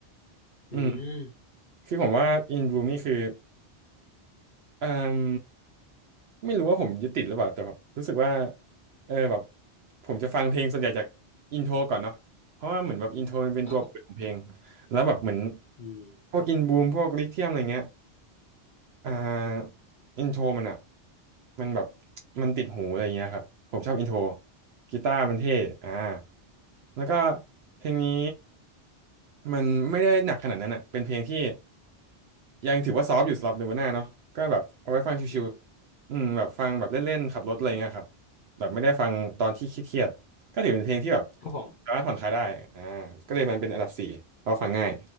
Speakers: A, on the right; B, on the left.
A: อืม
B: อืม
A: คือผมว่า In Bloom นี่คือ เอ่มไม่รู้ว่าผมยึดติดหรือเปล่าแต่แบบรู้สึกว่าเออแบบผมจะฟังเพลงส่วนใหญ่จากอินโทรก่อนเนาะเพราะว่าเหมือนแบบอินโทรมันเป็นตัวเปิดของเพลง
B: ครับผม
A: แล้วแบบเหมือน
B: อืม
A: พวกอินบูมพวกลิเทียมอะไรเงี้ย อ่าอินโทรมันอ่ะมันแบบมันติดหูอะไรเงี้ยครับผมชอบอินโทรกีตาร์มันเท่อ่า
B: ครับผม
A: แล้วก็เพลงนี้มันไม่ได้หนักขนาดนั้นอ่ะเป็นเพลงที่ยังถือว่าซอฟต์อยู่สำหรับเลเวาน่าเนาะก็แบบเอาไว้ฟังชิวๆอืมแบบฟังแบบเล่นๆขับรถอะไรเงี้ยครับ
B: อืม
A: แบบไม่ได้ฟังตอนที่เครียดๆก็ถือเป็นเพลงที่แบบ
B: ครับผม
A: สามารถผ่อนคลายได้อ่าก็เลยมันเป็นอันดับสี่เพราะฟังง่าย